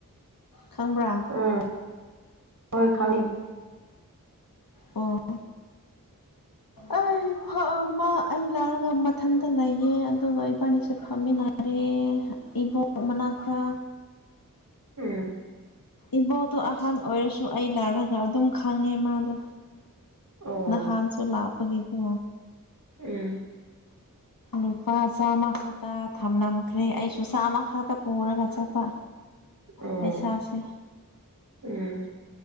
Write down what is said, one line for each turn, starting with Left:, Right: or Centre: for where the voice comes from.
Left: ꯈꯪꯕ꯭ꯔꯥ
Right: ꯑꯥ ꯍꯣꯏ ꯈꯪꯉꯦ
Left: ꯑꯣ ꯑꯩ ꯐꯑꯃ ꯑꯩ ꯂꯥꯛꯔꯒ ꯃꯊꯟꯇ ꯂꯩꯌꯦ ꯑꯗꯨꯒ ꯏꯕꯥꯅꯤꯁꯦ ꯐꯝꯃꯤꯅ ꯔꯦ ꯏꯕꯣꯛ ꯃꯅꯥꯛꯇ
Right: ꯎꯝ
Left: ꯏꯕꯣꯇꯣ ꯑꯍꯟ ꯑꯣꯏꯔꯁꯨ ꯑꯩ ꯂꯥꯔꯒ ꯑꯗꯨꯝ ꯈꯪꯉꯦ ꯃꯥꯗꯣ
Right: ꯑꯣ
Left: ꯅꯍꯥꯟꯁꯨ ꯂꯥꯛꯄꯒꯤꯀꯣ
Right: ꯎꯝ
Left: ꯂꯨꯄꯥ ꯆꯥꯝꯃ ꯈꯛꯇ ꯊꯝꯂꯝꯈ꯭ꯔꯦ ꯑꯩꯁꯨ ꯆꯥꯝꯃ ꯈꯛꯇ ꯄꯨꯔꯒ ꯆꯠꯄ
Right: ꯑꯣ
Left: ꯄꯩꯁꯥꯁꯦ
Right: ꯎꯝ